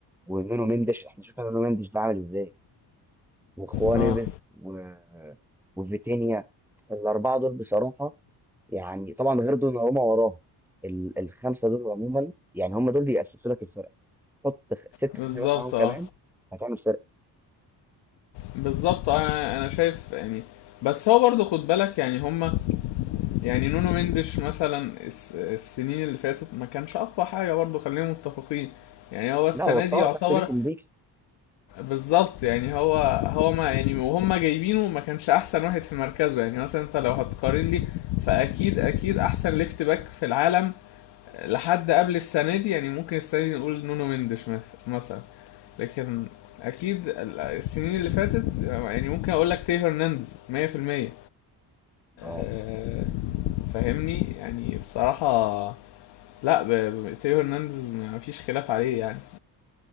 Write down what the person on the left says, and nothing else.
اه
بالظبط
اه
بالظبط آه انا شايف يعني بس هو برضه خد بالك يعني هما يعني نونو مندش مثلا الس- السنين اللي فاتت ما كانش اقوى حاجه برضه خلينا متفقين يعني هو السنه
دي يعتبر
بالظبط يعني هو هو ما يعني وهم جايبينه ما كانش احسن واحد في مركزه يعني مثلا انت لو هتقارن لي فاكيد اكيد احسن ليفت باك في العالم لحد قبل السنه دي يعني ممكن السنه دي نقول نونو مندش مث- مثلا لكن اكيد ال- السنين اللي فاتت يعني ممكن اقول لك تي هرنانديز 100%
آه، فاهمني يعني بصراحه لا ب- ب- تيو هرنانديز مفيش خلاف عليه يعني